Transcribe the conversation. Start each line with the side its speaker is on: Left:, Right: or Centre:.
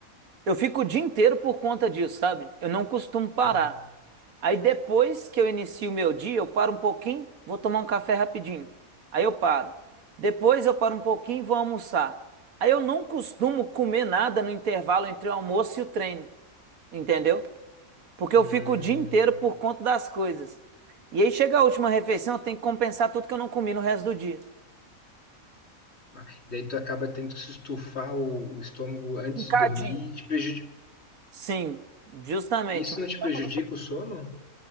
Right: Eu fico o dia inteiro por conta disso, sabe? Eu não costumo parar.
Left: hum,
Right: Aí depois que eu inicio o meu dia, eu paro um pouquinho, vou tomar um café rapidinho. Aí eu paro. Depois eu paro um pouquinho e vou almoçar. Aí eu não costumo comer nada no intervalo entre o almoço e o treino. Entendeu? Porque
Left: hum.
Right: eu fico o dia inteiro por conta das coisas. E aí chega a última refeição, eu tenho que compensar tudo que eu não comi no resto do dia.
Left: Ah, Daí tu acaba tendo que se estufar o, o estômago antes
Right: Picadinho.
Left: de dormir e te prejudica.
Right: Sim, justamente.
Left: Isso
Right: Meu
Left: não
Right: estômago
Left: te prejudica o sono?